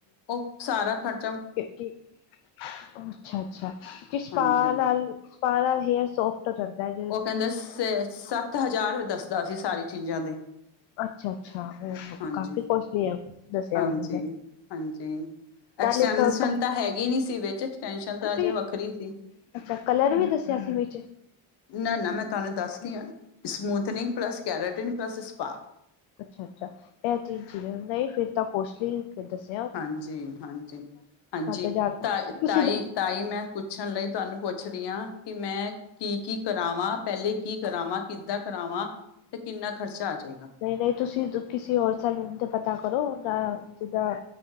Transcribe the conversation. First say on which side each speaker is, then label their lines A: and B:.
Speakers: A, on the left; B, on the left.
A: ਉਹ ਸਾਰਾ ਖੰ
B: ਕਿ ਕੀ ਅੱਛਾ ਅੱਛਾ, ਕਿ ਸਪਾ
A: ਹਾਂਜੀ ਹਾਂਜੀ
B: ਨਾਲ, ਸਪਾ ਨਾਲ ਹੇਅਰ ਸੋਫ ਤਾਂ ਜਾਂਦਾ ਐ ਜੇ
A: ਉਹ ਕੈਂਦੇ ਸੇ-ਸੱਤ ਹਜ਼ਾਰ ਦੱਸਦਾ ਸੀ ਸਾਰੀ ਚੀਜ਼ਾਂ ਦੇ
B: ਅੱਛਾ ਅੱਛਾ, ਓ-ਮ
A: ਹਾਂਜੀ
B: ਕਾਫ਼ੀ ਕੌਸਟਲੀ ਐ, ਦੱਸਿਆ
A: ਹਾਂਜੀ
B: ਉਹਨਾਂ ਨੇ।
A: ਹਾਂਜੀ। ਐਕਸਟੈਂਸ਼ਨ
B: ਨਾਲੇ ਕਲਰ
A: ਤਾਂ ਹੈਗੀ ਨਹੀਂ ਸੀ ਵਿਚ, ਐਕਸਟੈਂਸ਼ਨ ਤਾਂ ਅਜੇ
B: ਵੀ
A: ਵੱਖਰੀ ਸੀ
B: ਅੱਛਾ, ਕਲਰ ਵੀ ਦੱਸਿਆ ਸੀ ਵਿਚ
A: ਨਾ-ਨਾ ਮੈਂ ਤੁਹਾਨੂੰ ਦੱਸ ਰਹੀ ਹਾਂ, smoothening plus keratin plus spa
B: ਅੱਛਾ-ਅੱਛਾ, ਇਹ ਚੀਜ਼ ਨਹੀਂ ਫਿਰ ਤਾਂ ਕੋਸਟਲੀ ਦੱਸ
A: ਹਾਂਜੀ, ਹਾਂਜੀ-ਹਾਂਜੀ
B: ਹਜ਼ਾਰ ਤੱਕ
A: ਤਾ
B: ਤੁਸੀਂ
A: ਤਾਈ-ਤਾਈ ਮੈਂ ਪੁੱਛਣ ਲਈ ਤੁਹਾਨੂੰ ਪੁ ਪੁੱਛਰੀਆਂ ਕਿ ਮੈਂ ਕੀ-ਕੀ ਕਰਾਵਾਂ, ਪਹਿਲੇ ਕੀ ਕਰਾਵਾਂ ਕਿੱਦਾਂ ਕਰਾਵਾਂ ਤੇ ਕਿੰਨਾ ਖਰਚਾ ਆ ਜਾਏਗਾ?
B: ਨਹੀਂ-ਨਹੀਂ ਤੁਸੀਂ ਕਿਸੇ ਹੋਰ ਸੈਲੂਨ ਤੇ ਪਤਾ ਕਰੋ ਨਾ ਜਿਦਾਂ